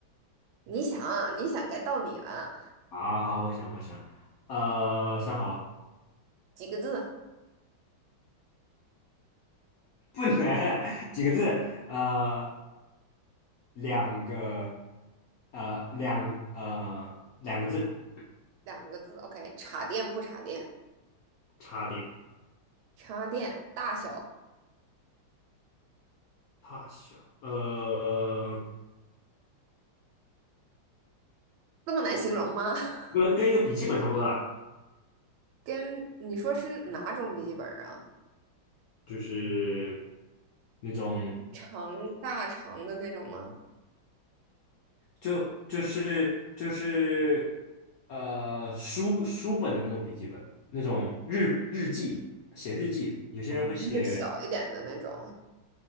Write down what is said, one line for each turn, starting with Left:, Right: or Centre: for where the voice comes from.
Right: 你想啊你想，该到你了。
Left: 好好，我想，我想，呃，想好了，
Right: 几个字？
Left: 不能 <laughs> 几个字，呃，两个，呃，两，呃，两个字，
Right: 两个字。OK，插电不插电？
Left: 差点，
Right: 插电大小
Left: 大小，呃，
Right: 这么难形容吗？<laughs>
Left: 跟跟一个笔记本差不多大，
Right: 跟你说是哪种笔记本啊？
Left: 就是那种，
Right: 长大长的那种吗？
Left: 就就是就是，呃，书书本的那种笔记本，那种日日记，写日记的，有些人会写，
Right: 我肯定是小一点的那种。